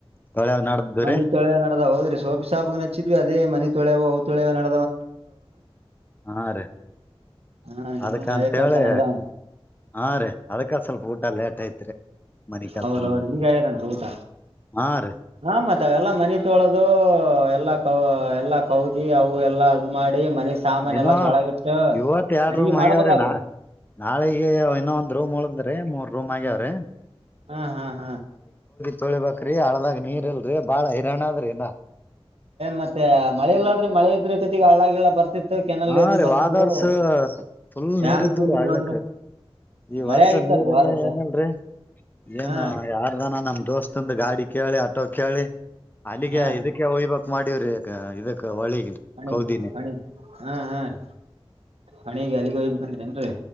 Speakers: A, on the left; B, on the right.
A: ತೊಳೆವ್ ನಡ್ದರಿ
B: ಮನೆತೊಳವೆ ನಡದೌದ್ರಿ ಸೋಪಿ ಸಾಪಗ ನಚ್ಚಿದ್ವಿ ಅದೇ ಮನ ತೊಳೆವು ಅವು ತೊಳವೇ ನಡ
A: ಹಾ ರೀ
B: ಹಾ ನಿಮೂ
A: ಅದಕಂತ
B: ನಾವೇ ಕೆಲಸ
A: ಹೇಳಿ
B: ನಡದಾವ
A: ಹಾ ರೀ ಅದಕ್ಕ ಸ್ವಲ್ಪ ಊಟ ಲೇಟ್ ಐತ್ರಿ ಮನಿ ಕೆಲ್ಸ
B: ಹೌದೌದು
A: ಮಾಡಕ್
B: ಹಗ ಆ್ಯದನ್ರಿ ಊಟ
A: ಹಾ ರೀ
B: ಹ ಮತ್ತ ಎಲ್ಲಾ ಮನೆ ತೊಳದು ಎಲ್ಲ ಎಲ್ಲಾ ಕೌದಿ ಅವು ಎಲ್ಲಾ ಅದ ಮಾಡಿ ಮನಿ ಸಾಮಾನ
A: ಏನೋ
B: ಎಲ್ಲಾ ಸೊಳಗಿಟ್ಟು
A: ಇವತ್ತ ಎಡು
B: ಅಡಿಗೆ
A: ರೂಮ್ ಹಾಗಗ್ಯವ್ರೇನಾ
B: ಮಾಡ್ಬೇಕಲ್ರಿ
A: ನಾಳಿಗೆ ಇನ್ನೊ ಒ ರೂಮ್ ಉಳದ್ರೆ ಮೂರ್ ರೂಮ್ ಆಗ್ಯಾವ್ರೆ
B: ಹ ಹಹ
A: ತೊಳಿಬಕ್ರಿ ಹಳದಾಗ ನೀರ್ ಇಲ್ರಿ ಬಾಳ ಹಿರಣಾ ಆದ್ರಿ ನಾ
B: ಮತ್ತೆ ಮಳೆ ಇಲ್ಲಾಡ್ರಿ ಮಳೆ ಇದ್ರೆ ಜೊತಿಗ ಹಳ್ಳಳಾಗಿಲ್ಲ ಬರ್ತಿತ್ತು ಕೆನಲ್
A: ಹಾ
B: ನೀರ್ನ್
A: ರೀ
B: ಬರ್ತಿದ್ವು
A: ವಾದ ವರ್ಸ ಫುಲ್
B: ಡ್ಯಾಮ್
A: ನೀರಿತ್ತು
B: ತುಂಬಿದ್ವು
A: ಹಳ್ಳಕ್ಕ
B: ಅಂದ್ರ
A: ಹಳ್ಳ್ಳಕ್ ಈ
B: ಮಳೆ
A: ವರ್ಷ
B: ಆಗಿತ್ತಲ್ರಿ
A: ನೀರ್ ಇಲ್ಲ
B: ವಾದಸ
A: ಏನಲ್ರಿ
B: ಹಾ
A: ಏನ್ ಯಾರ್ದನ ನಮ್ ದೋಸ್ತಂದು ಗಾಡಿ ಕೇಳಿ ಅ ಟಕಿಯಾಳಿ ಅಲ್ಲಿಗೆ
B: ಹಾ ರೀ
A: ಇದಕ್ಕೆ ಹಯ್ಬೇಕ ಮಾಡಿವವ್ರಾ ಇದಕ್ಕೆ ಒಳ್ಳಗಿನ
B: ಕಣಿಗ್
A: ಕೌದಿನೇ
B: ಕಣಿಗ್ ಹಾ ಹಾ ರೀ ಹಣೆಗೆ ಅಲ್ಲಿಗೆ ಹೋಗ್ಬೇಕಂದ್ರ ಏನ್ರಿ